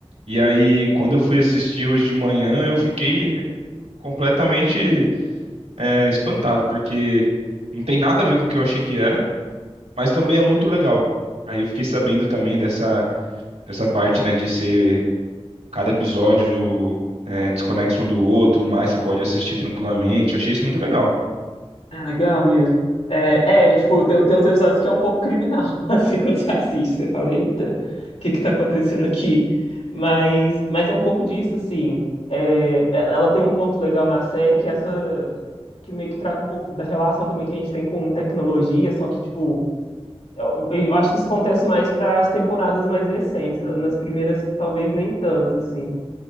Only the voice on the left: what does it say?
É legal mesmo. É, é, tipo, tem, tem uns episódios que é um pouco criminal, <laughs> assim, quando você assiste, você fala, eita, o que que tá acontecendo aqui? Mas, mas é um pouco disso, assim. É, e- ela tem um ponto legal na série que é essa, que meio que trata um pouco da relação também que a gente tem com tecnologia, só que, tipo, eu, eu acho que isso acontece mais para as temporadas mais recentes, nas primeiras talvez nem tanto, assim